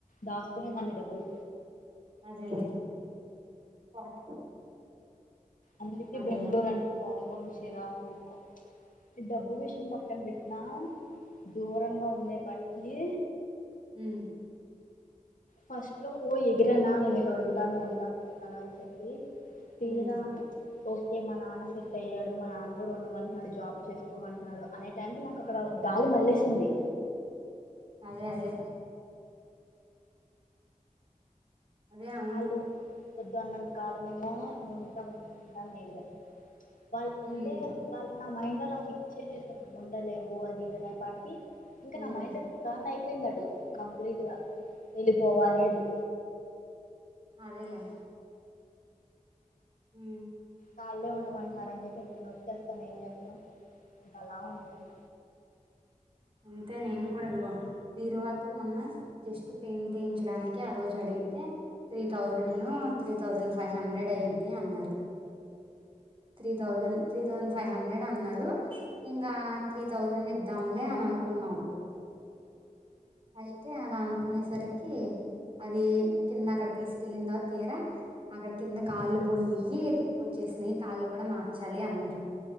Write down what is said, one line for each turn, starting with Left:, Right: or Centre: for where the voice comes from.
Left: దాసుకునే దాన్ని డబ్బులు
Right: అదేలే వాట్
Left: అందుకే
Right: అదేలే
Left: బెంగళూరు అంటే కో కోపం, చిరాకు ఎక్కువ ప్చ్ డబ్బు విషయం పక్కన్ పెట్టినా దూరంగా ఉండే పాటికీ
Right: హ్మ
Left: ఫస్ట్ లో ఓ ఎగిరానా నేనే ఇక్కడు ఉంటాను ఉంటాను ఉంటాను అని చెప్పీ తీరా
Right: మ్మ్
Left: తోస్ కే మా నాన్న సెట్ అయ్యాడు మా నాన్న గూడా ఉండమంటున్నాడు జాబ్ చేసుకోమంటున్నాడు. అనే టైం కి నాకు అక్కడా గాలి మళ్ళేశింది.
Right: అదే అదే అదే అవును
Left: ఆళ్ళు వొద్దు అన్నంతకాలమేమో నేన్ ఉంటాను ఉంటాను అని ఎగిరా వాళ్ళ్
Right: మ్మ్
Left: అంటే వాళ్ళు నా మైండ్ అలా ఫిక్స్ చేసేశారు నువ్ ఉండలేవు. వు అది ఇది అనే పాటికి ఇంకా
Right: మ్మ్
Left: నా మైండ్ టార్న్ అయి పోయింది అటు కంప్లీట్ గా వెళ్ళిపోవాలి అని.
Right: అదేలేే హ్మ
Left: వాళ్ళే ఉండమంటున్నారు అని చెప్పసి నేనొచ్ చ్చేస్తా అని ఏం చెప్పను ఇంక అలా ఉంటున్న.
Right: అంతే నేను కూడా ఇదిగో బీరువాకి మొన్నా జస్ట్ పెయింట్ ఏయించడానికి ఆ రోజు అడి గితే త్రీ థౌజండ్ న్నో త్రీ థౌజండ్ ఫై హండ్రెడ్ అయిద్ది అన్నారు. Three thousand three thousand five hundred అన్నారు ఇంకా త్రీ థౌజండ్ ఇద్దాంలె లే అని అనుకున్నాం అప్పుడు అయితే అలా అను కునేసరికీ అదీ కిందా అక్కడ తీసుకెళ్ళిం తర్వాత తీరా అక్కడ కింద కాళ్ళు పొయ్యీ తుప్పు వచ్చేసినయి కాళ్ళు కూడా మార్చాలి అన్నారు.